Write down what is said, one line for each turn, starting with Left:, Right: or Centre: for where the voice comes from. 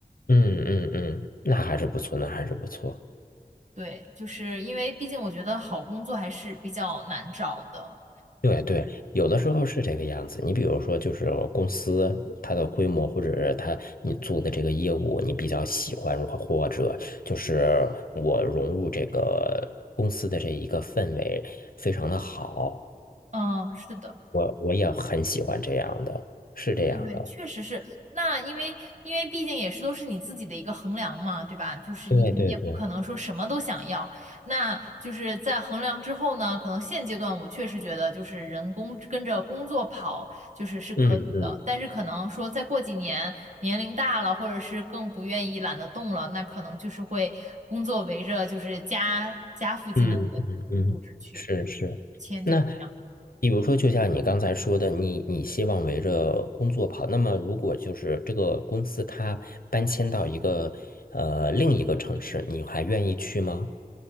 Left: 嗯嗯嗯，嗯那还是不错，那还是不错。
Right: 对，就是因为毕竟我觉得好工作还是比较难找的。
Left: 对对，有的时候是这个样子。你比如说，就是公司它的规模，或者是它你做的这个业务，你比较喜欢，或或者就是我融入这个公司的这一个氛围非常的好，
Right: 嗯，是的。
Left: 我我也很喜欢这样的，是这样的。
Right: 对对对，确实是。那因为因为毕竟也是都是你自己的一个衡量嘛，对吧？就是你肯定也不可能说什么都想要。
Left: 对对对，
Right: 那就是在衡量之后呢，可能现阶段我确实觉得就是人工跟着工作跑就是是可以的，
Left: 嗯嗯。
Right: 但是可能说再过几年年龄大了，或者是更不愿意懒得动了，那可能就是会工作围着就是家家附近的那个住址去
Left: 嗯嗯嗯，是是。
Right: 迁就这样。
Left: 那比如说，就像你刚才说的，你你希望围着工作跑。那么，如果就是这个公司它搬迁到一个呃另一个城市，你还愿意去吗？